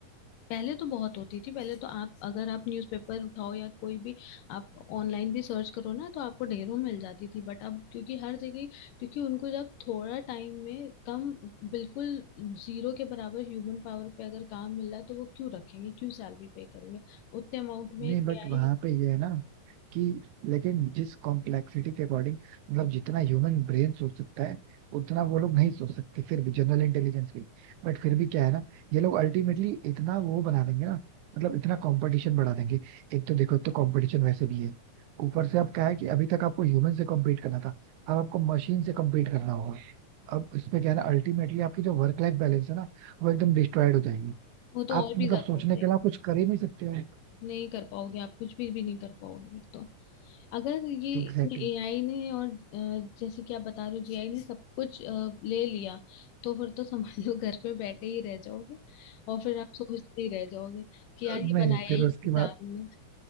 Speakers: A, on the left; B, on the right.
A: पहले तो बहुत होती थी पहले तो आप अगर आप न्यूज़पेपर उठाओ या कोई भी आप ऑनलाइन भी सर्च करो ना तो आपको ढेरों मिल जाती थी बट अब क्योंकि हर जगह क्योंकि उनको जब थोड़ा टाइम में कम बिल्कुल जीरो के बराबर ह्यूमन पावर पे अगर काम मिल रहा है तो वो क्यों रखेंगे क्यों सैलरी पे करेंगे उतने अमाउंट
B: नहीं
A: में एआई
B: बट वहां पे ये है ना कि लेकिन जिस कॉम्प्लेक्सिटी के अकॉर्डिंग मतलब जितना ह्यूमन ब्रेन सोच सकता है उतना वो लोग नहीं सोच सकते फिर भी जनरल इंटेलिजेंस भी बट फिर भी क्या है ना ये लोग अल्टीमेटली इतना वो बना देंगे ना मतलब इतना कंपटीशन बढ़ा देंगे एक तो देखो एक तो कंपटीशन वैसे भी है ऊपर से अब क्या है कि अभी तक आपको ह्यूमन से कम्पीट करना था अब आपको मशीन से कम्पीट करना होगा अब इसमें क्या है ना अल्टीमेटली आपकी जो वर्क लाइफ बैलेंस है ना वो एकदम डिस्ट्रॉयड हो जाएगी
A: वो तो
B: आप
A: और भी
B: मतलब
A: ज्यादा
B: सोचने
A: हो जाएगी
B: के अलावा कुछ कर ही नहीं सकते हो
A: नहीं कर पाओगे आप कुछ भी भी नहीं कर पाओगे फिर तो अगर ये
B: Exactly
A: इसमें एआई ने और अ, जैसे कि आप बता रहे हो जीआई ने सब कुछ अ, ले लिया तो फिर तो समझ लो घर पे बैठे ही रह जाओगे और फिर आप सोचते ही रह जाओगे
B: exactly.
A: कि यार ये
B: नहीं
A: बनाया
B: फिर
A: ही
B: उसके
A: क्यों
B: बाद
A: था हमने